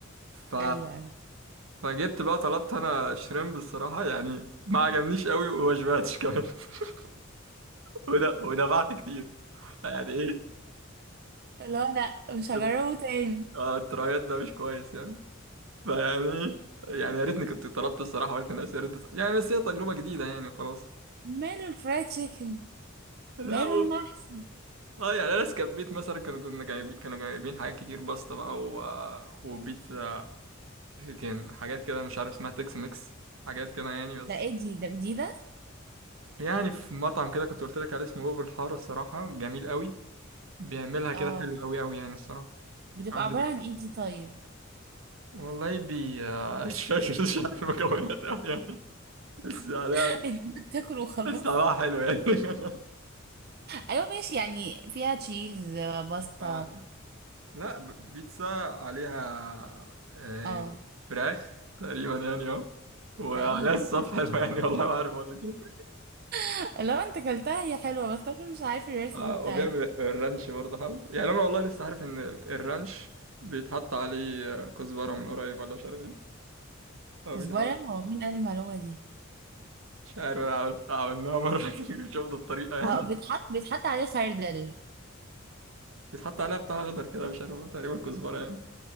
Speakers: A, on the right; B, on the right.
A: ف
B: ايوه ايوه
A: فجبت بقى طلبت انا شريمب الصراحه يعني ما عجبنيش قوي وما شبعتش كمان <laughs> وده ودفعت كتير يعني ايه
B: <laughs> لا لا مش هجربه
A: الت-
B: تاني
A: اه الترايات ده مش كويس يعني فيعني يعني يا ريتني كنت طلبت الصراحه وقلت لنفسي يا ريت يعني بس هي تجربه جديده يعني خلاص
B: ماله الفرايد تشيكن
A: لا
B: ماله
A: و...
B: المحشي
A: اه يعني انا سكبيت مثلا كانوا كنا جايبين كانوا جايبين حاجات كتير باستا بقى و... وبيتزا كان حاجات كده مش عارف اسمها تكس ميكس حاجات كده يعني بس
B: ده ايه دي ده جديدة
A: يعني في مطعم كده كنت قلت لك عليه اسمه باب الحاره الصراحه جميل قوي بيعملها
B: اه
A: كده حلو قوي قوي يعني الصراحه
B: بتبقى
A: عنده
B: عبارة عن ايه دي طيب
A: والله بي <laughs> مش فاكر مش عارف المكونات قوي يعني بس يعني
B: <laughs> إنك تاكل وخلاص
A: الصراحة حلو يعني <laughs>
B: ايوه ماشي يعني فيها تشيز آه، باستا
A: آه، لا ب- بيتزا عليها آه،
B: اه
A: فراخ تقريبا يعني اه وعليها
B: تقريبا
A: الصوص حلو يعني والله ما عارف اقول لك ايه
B: <laughs> لو انت كلتها هي حلوة بس انا مش عارف الريسبي
A: آه،
B: بتاعتها
A: وبيعمل الرانش برضه حلو يعني انا والله لسه عارف ان ال- الرانش بيتحط عليه آه، كزبره من قريب ولا مش عارف ايه او
B: كزبرة
A: بيتعمل
B: هو مين قال المعلومة دي
A: مش عارف انا عملت عملناها مره <laughs> كده شفنا الطريقه يعني
B: اه بيتحط بيتحط عليه خردل
A: بيتحط عليها بتاع اخضر كده مش عارف هو تقريبا كزبره يعني